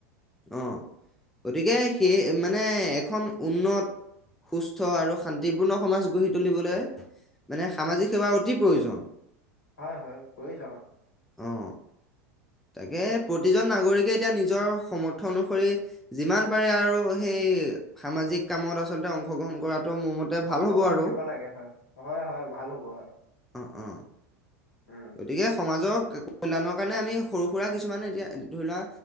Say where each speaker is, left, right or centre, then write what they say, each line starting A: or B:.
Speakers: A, in the centre; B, on the left (about 65°).
A: অ', গতিকে সেই মানে এখন উন্নত। সুস্থ আৰু শান্তিপূৰ্ণ সমাজ গঢ়ি তুলিবলৈ, মানে সামাজিক সেৱা অতি প্ৰয়োজন।
B: হয়-হয়, প্ৰয়োজন।
A: অ',। তাকে প্ৰতিজন নাগৰিকে এতিয়া নিজৰ সমৰ্থ অনুসৰি যিমান পাৰে আৰু সেই, সামাজিক কামত আচলতে অংশগ্ৰহণ কৰাটো মোৰ মতে, ভাল
B: অংশগ্ৰহণ
A: হ'ব আৰু
B: কৰিব লাগে, হয়, হয়, হয় ভাল হ'ব হয়।
A: অ', অ',।
B: উম
A: গতিকে সমাজক কল্যাণৰ কাৰণে আমি সৰু সুৰা কিছুমানে এতিয়া ধৰি লোৱা,